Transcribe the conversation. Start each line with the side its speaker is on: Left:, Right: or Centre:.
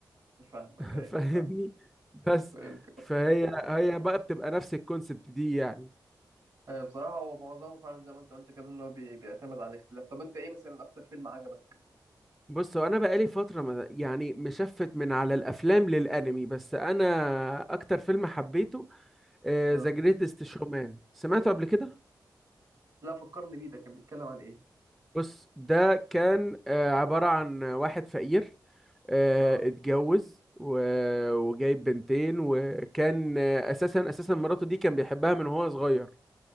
Right: فاهمك
Centre: <laughs>
Right: ايوه
Centre: فاهمني
Right: فاهم
Centre: بس
Right: فاهم.
Centre: فهي هي بقى بتبقى نفس الكونسبت دي يعني
Right: آه، بصراحة هو معظمه فعلا زي ما انت قلت كده ان هو بي- بيعتمد على الاختلاف طب انت ايه مثلا اكتر فيلم عجبك؟
Centre: بص هو انا بقالي فترة ما- يعني مشفت من على الافلام للانمي بس انا اكتر فيلم حبيته
Right: اه
Centre: ذا جريتست شومان سمعته قبل كده
Right: لا فكرني بيه ده كان بيتكلم عن ايه؟
Centre: بص ده كان آه، عبارة عن واحد فقير آه،
Right: اه
Centre: اتجوز و- وجايب بنتين وكان آه، اساسا اساسا مراته دي كان بيحبها من وهو صغير